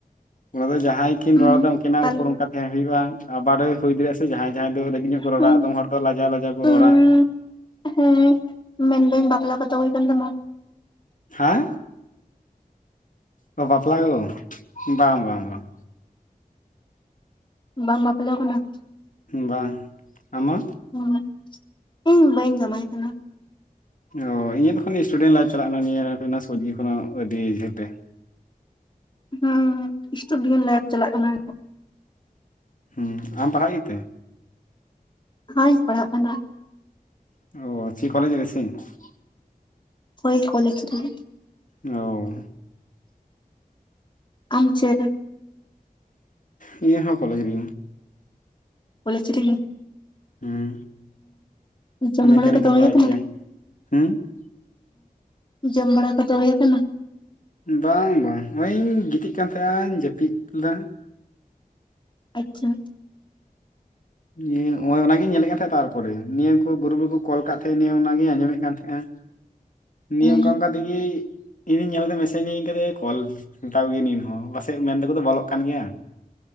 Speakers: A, on the left (about 60°); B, on the left (about 30°).
A: ᱚᱱᱟ ᱫᱚ ᱡᱟᱦᱟᱸᱭ ᱠᱤᱱ
B: ᱦᱩᱸ
A: ᱨᱚᱲᱫᱟ ᱩᱝᱠᱤᱱᱟᱜ
B: ᱛᱟᱦᱞᱮ
A: ᱩᱯᱚᱨ ᱚᱱᱠᱟ ᱛᱟᱦᱮᱸ ᱦᱩᱭᱩᱜ-ᱟ, ᱟᱵᱟᱨᱮ ᱦᱩᱭ ᱫᱟᱲᱮᱭᱟᱜᱼᱟ ᱥᱮ ᱡᱟᱦᱟᱸᱭ ᱡᱟᱦᱟᱸᱟᱭ ᱫᱚ ᱛᱤᱱᱟᱹᱜ ᱠᱚ ᱨᱚᱲᱟ,
B: ᱦᱩᱸ
A: ᱟᱫᱚᱢ ᱦᱚᱲ ᱫᱚ ᱞᱟᱡᱟᱣ ᱞᱟᱡᱟᱣ ᱠᱚ
B: ᱦᱩᱸ
A: ᱨᱚᱲᱟ
B: ᱦᱮᱸ, ᱢᱮᱱᱫᱟᱹᱧ ᱵᱟᱯᱞᱟ ᱠᱚᱫᱚ ᱦᱩᱭ ᱠᱟᱱ ᱛᱟᱢᱟ?
A: ᱦᱮᱸ? ᱚ, ᱵᱟᱯᱞᱟ ᱠᱚ, ᱵᱟᱝ ᱵᱟᱝ ᱵᱟᱝ᱾
B: ᱵᱟᱢ ᱵᱟᱯᱞᱟ ᱠᱟᱱᱟ?
A: ᱵᱟᱝ, ᱟᱢᱟᱜ?
B: ᱦᱮᱸ ᱤᱧ ᱵᱟᱹᱧ ᱡᱚᱢᱟᱭ ᱠᱟᱱᱟ᱾
A: ᱚ ᱤᱧᱟᱹᱜ ᱮᱠᱷᱚᱱ ᱥᱴᱩᱰᱮᱱᱴ ᱞᱟᱭᱤᱯᱷ ᱪᱟᱞᱟᱜ ᱠᱟᱱᱟ ᱱᱤᱭᱟᱹ ᱥᱳᱜᱳ ᱟᱹᱰᱤ ᱡᱷᱟᱹᱞ ᱨᱮ᱾
B: ᱦᱮᱸ ᱥᱴᱩᱰᱮᱱᱴ ᱞᱟᱭᱤᱯᱷ ᱪᱟᱞᱟᱜ ᱠᱟᱱᱟ᱾
A: ᱦᱮᱸ ᱟᱢ ᱯᱟᱲᱦᱟᱜ ᱜᱮᱛᱮ?
B: ᱦᱩᱭ ᱤᱧ ᱯᱟᱲᱦᱟᱜ ᱠᱟᱱᱟ᱾
A: <inaudible>
B: ᱦᱳᱭ ᱠᱚᱞᱮᱡᱽ ᱨᱮ,
A: ᱚ
B: ᱟᱢ ᱪᱮᱫ ᱨᱮ?
A: ᱤᱧ ᱦᱚᱸ ᱠᱚᱞᱮᱡᱽ ᱨᱮ,
B: ᱠᱚᱞᱮᱡᱽ ᱨᱮᱜᱮ
A: ᱦᱩᱸ
B: ᱡᱚᱢᱵᱟᱲᱟ
A: ᱢᱮᱠᱟᱱᱤᱠᱮᱞ
B: ᱠᱚᱫᱚ ᱦᱩᱭ
A: ᱟᱭ
B: ᱠᱟᱱᱟ?
A: ᱴᱤ ᱟᱭ ᱦᱩᱸ
B: ᱡᱚᱢ ᱵᱟᱲᱟ ᱠᱚ ᱫᱚ ᱦᱩᱭ ᱟᱠᱟᱱᱟ?
A: ᱵᱟᱝ ᱵᱟᱝ ᱱᱚᱜᱼᱧ ᱜᱤᱛᱤᱡ ᱠᱟᱱ ᱛᱟᱦᱮᱼᱟᱧ ᱡᱟᱹᱯᱤᱫ ᱞᱮᱫᱟ᱾
B: ᱟᱪᱪᱷᱟ
A: ᱱᱤᱭᱟᱹ ᱱᱚᱜ ᱚᱭ ᱚᱱᱟᱜᱤᱧ ᱧᱮᱞᱮᱫ ᱛᱟᱦᱮᱸᱜᱼᱟ ᱟᱨ, ᱛᱟᱯᱚᱨᱮ ᱱᱤᱭᱟᱹ ᱠᱚ ᱜᱩᱨᱩᱯ ᱨᱮᱠᱚ ᱠᱚ ᱠᱚᱞ ᱟᱠᱟᱫ ᱛᱟᱦᱮᱸ ᱱᱤᱭᱟᱹ ᱚᱱᱟᱜᱤᱧ ᱟᱸᱡᱚᱢᱮᱫ ᱠᱟᱱ ᱛᱟᱦᱮᱸᱼᱟ ᱱᱤᱭᱟᱹ
B: ᱦᱩᱸ
A: ᱚᱱᱠᱟ ᱚᱱᱠᱟ <unintelligible> ᱤᱧᱦᱩᱧ ᱧᱮᱞ ᱠᱮᱫ ᱢᱮᱥᱮᱡᱽ ᱤᱧ ᱟᱹ ᱠᱟᱫᱮ ᱠᱚᱞ ᱢᱮᱛᱟᱣ ᱜᱮᱭ ᱤᱧᱦᱚᱸ ᱯᱟᱥᱮᱡ ᱢᱮᱱᱛᱮᱠᱚᱫᱚ ᱵᱚᱞᱚᱜ ᱠᱟᱱ ᱜᱮᱭᱟ